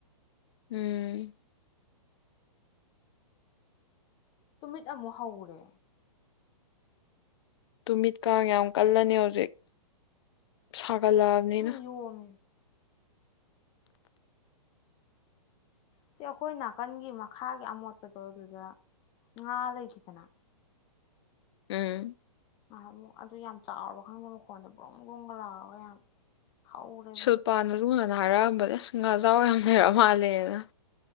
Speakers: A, on the left; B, on the left.
A: ꯎꯝ
B: ꯇꯨꯃꯤꯠ ꯑ ꯃꯍꯍꯥꯎꯦ
A: ꯇꯨꯃꯤꯠꯀ ꯌꯥꯝ ꯀꯜꯂꯅꯤ ꯍꯧꯖꯤꯛ ꯁꯥꯒꯠꯂꯛꯑꯕꯅꯤꯅ
B: ꯌ ꯎꯝ ꯁꯤ ꯑꯩꯈꯣꯏ ꯅꯥꯀꯟꯒꯤ ꯃꯈꯥꯒꯤ ꯑꯃꯣꯠꯄꯗꯣ ꯑꯗꯨꯗ ꯉꯥ ꯂꯩꯈꯤꯗꯅ
A: ꯎꯝ
B: ꯑꯃꯨꯛ ꯑꯗꯨ ꯌꯥꯝ ꯆꯥꯎꯔꯕ ꯈꯪꯗꯦ ꯃꯈꯣꯟꯗ ꯕ꯭ꯔꯨꯝ ꯒ꯭ꯔꯨꯝꯒ ꯂꯥꯎꯔꯒ ꯌꯥꯝ ꯍꯧꯔꯦꯕ
A: ꯁꯨꯜꯄꯥꯟꯔꯨꯅ ꯑꯗꯨꯅ ꯍꯥꯏꯔꯛꯑꯝꯕꯅꯦ ꯑꯁ ꯉꯥ ꯆꯥꯎꯕ ꯌꯥꯝ ꯂꯩꯔ ꯃꯥꯜꯂꯦꯅ